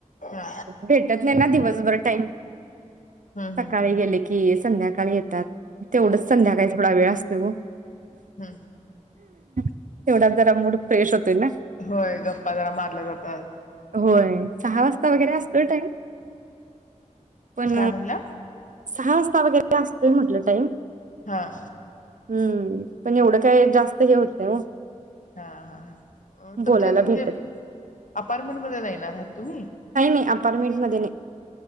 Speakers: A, on the left; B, on the right.
A: हा
B: भेटतं नाही ना दिवसभ वर टाईम
A: हम्म
B: सकाळी
A: हम्म हम्म
B: गेले कि संध्याकाळी सकाळी येतात. तेवढंच संध्याकाळी थोडा वेळ असतो ओ
A: हम्
B: तेवढा जरा मूड फ्रेश होतोय ना?
A: होय गप्पा जरा मारल्या जातात.
B: होय सहा वाजता वगैरे असतोय टाईम पण
A: काय म्हणला
B: सहा वाजता वगैरे असतोय म्हटलं टाईम
A: हा
B: हम्म पण एवढं काय जास्त हे होत नाय ओ
A: हा, हा तुमची
B: बोलायला
A: असं म्हणजे
B: भेटत
A: अप अपारमेंट मध्ये नाही ना राहत तुम्ही?
B: अपारमेंट मध्ये नाही.